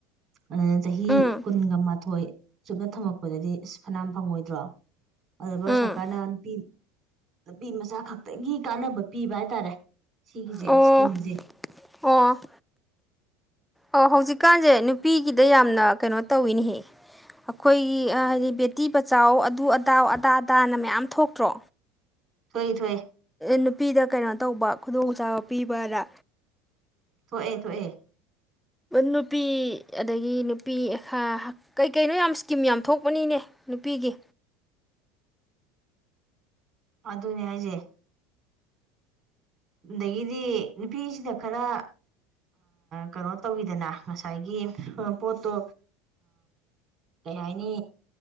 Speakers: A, on the right; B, in the centre.
A: ꯑꯗꯨꯅ ꯆꯍꯤ
B: ꯎꯝ
A: ꯀꯨꯟꯒ ꯃꯥꯊꯣꯏ ꯆꯨꯞꯅ ꯊꯝꯃꯛꯄꯗꯗꯤ ꯑ ꯐꯅꯌꯥꯝ ꯐꯪꯉꯣꯏꯗ꯭ꯔꯣ ꯑꯗꯣ ꯚꯥꯔꯠ
B: ꯎꯝ
A: ꯁꯔꯀꯥꯔꯅ ꯅꯨꯄꯤ ꯃꯆꯥ ꯈꯛꯇꯒꯤ ꯀꯥꯟꯅꯕ ꯄꯤꯕ ꯍꯥꯏꯇꯥꯔꯦ ꯁꯤꯒꯤꯁꯦ
B: ꯑꯣ
A: ꯏꯁꯀꯤꯝꯁꯦ
B: ꯑꯣ ꯑꯣ ꯍꯧꯖꯤꯛꯀꯥꯟꯁꯦ ꯅꯨꯄꯤꯒꯤꯗ ꯌꯥꯝꯅ ꯀꯩꯅꯣ ꯇꯧꯏꯤꯅꯦꯍ ꯑꯩꯈꯣꯏꯒꯤ ꯍꯥꯏꯗꯤ ꯕꯦꯇꯤ ꯕꯆꯥꯎ ꯑꯗꯨ ꯑꯗꯥꯎ ꯑꯗꯥ ꯑꯗꯥꯅ ꯃꯌꯥꯝ ꯊꯣꯛꯇ꯭ꯔꯣ
A: ꯊꯣꯛꯏ ꯊꯏ
B: ꯅꯨꯄꯤꯗ ꯀꯩꯅꯣ ꯇꯧꯕ ꯈꯨꯗꯣꯡꯆꯥꯥꯕ ꯄꯤꯕꯗ
A: ꯊꯣꯛꯑꯦ ꯊꯣꯛꯑꯦ
B: ꯅꯨꯄꯤ ꯑꯗꯒꯤ ꯅꯨꯄꯤꯥ ꯀꯩꯀꯩꯅꯣ ꯌꯥꯝ ꯏꯁꯀꯤꯝ ꯌꯥꯝ ꯊꯣꯛꯄꯅꯤꯅꯦ ꯅꯨꯄꯤꯒꯤ
A: ꯑꯗꯨꯅꯦ ꯍꯥꯏꯁꯦ ꯑꯗꯒꯤꯗꯤ ꯅꯨꯄꯤꯁꯤꯗ ꯈꯔ ꯀꯩꯅꯣ ꯇꯧꯕꯤꯗꯅ ꯉꯁꯥꯏꯒꯤ ꯄꯣꯠꯇꯣ ꯀꯩ ꯍꯥꯏꯅꯤ